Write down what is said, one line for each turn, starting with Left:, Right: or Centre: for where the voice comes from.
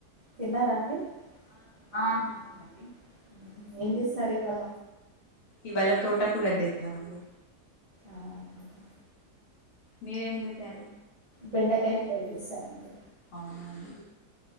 Right: తిన్నారా అండి ఆ తిన్నామండి ఆమె చేశారు ఇవాళ
Left: ఇవాళ తోట కూర చేస్తున్నామండి
Right: ఆహాహా.
Left: మీరేం చేసారు
Right: బెండకాయ ఫ్రై చేసారండి
Left: అవునా అని